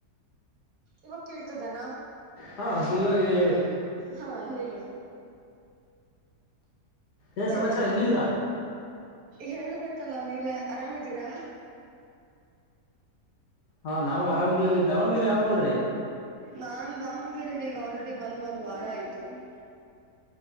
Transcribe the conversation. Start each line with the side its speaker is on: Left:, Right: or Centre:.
Right: ಇವಾಗ ಕೇಳ್ತದನಾ
Left: ಹಾ ಇವಾಗಿದೆ ಹೇಳಿ
Right: ಹಾ ಹೇಳಿ
Left: ಏನ್
Right: ಹೇಳಿ
Left: ಸಮಾಚಾರ ಹೆಂಗಿದ್ದೀರಾ
Right: ಹೇಳ್ಬೇಕಲ್ಲ ನೀವು ಆರಾಮ್ದೀರಾ
Left: ಹಾ ನಾವು ಆರಾಮಿದೀವಿ ದಾವಣಗೆರೆ ಯಾವಗ ಹೋದ್ರಿ
Right: ನಾನ್ ದಾವಣಗೆರೆಗೆ ಈಗ ಆಲ್ರೆಡಿ ಬಂದ ಒಂದ್ ವಾರ ಆಯತು